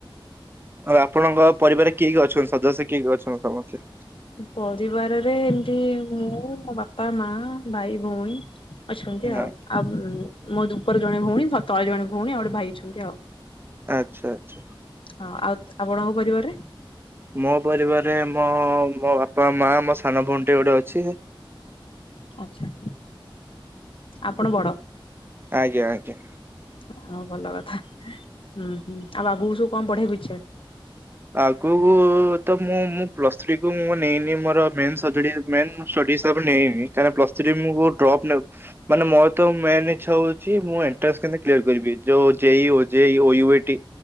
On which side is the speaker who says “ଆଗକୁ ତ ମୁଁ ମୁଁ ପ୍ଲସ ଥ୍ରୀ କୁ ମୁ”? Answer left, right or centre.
Right